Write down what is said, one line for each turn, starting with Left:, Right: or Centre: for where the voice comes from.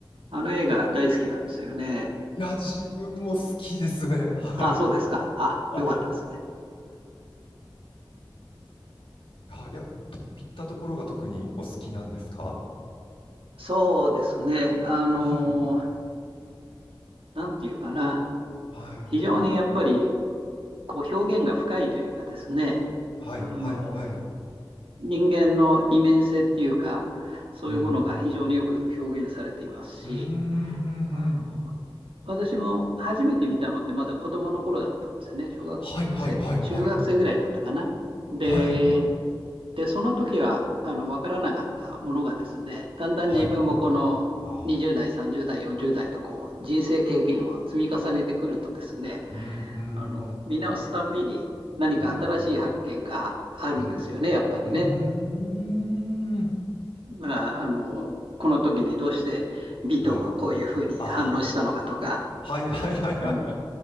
Right: あの映画大好きなんですよね。
Left: いや、自分も好きですね。はい。
Right: あ、そうですか。
Left: <laughs>
Right: あ、
Left: はい。
Right: よかったですね。
Left: あ、いや、どういったところが特にお好きなんですか？
Right: そうですね。あの、
Left: はい。
Right: なんていうかな。
Left: はい。
Right: 非常にやっぱりこう表現が深いというかですね、
Left: はいはいはい。
Right: あの、人間の二面性っていうか、そういうものが非常によく表現されていますし、
Left: うん。うーん、うんうん。
Right: あの私も初めて見たのってまだ子供の頃だったんですね。小学生、
Left: はいはいはいはい。
Right: 中学生ぐらいだったかな。で、
Left: はい。
Right: で、その時はあの分からなかったものがですね、だんだん自分もこの20代、
Left: はい。ああ。
Right: 30代、40代とこう人生経験を積み重ねてくるとですね、
Left: うんうんうん。
Right: あの見直すたんびに何か新しい発見があるんですよね、
Left: うん。うん。
Right: やっぱりね。
Left: うーん。
Right: まあ、あのこの時にどうして尾藤はこういうふうに反応したのかとか、
Left: はい。ああ、はいはいはいはいはい。
Right: うん、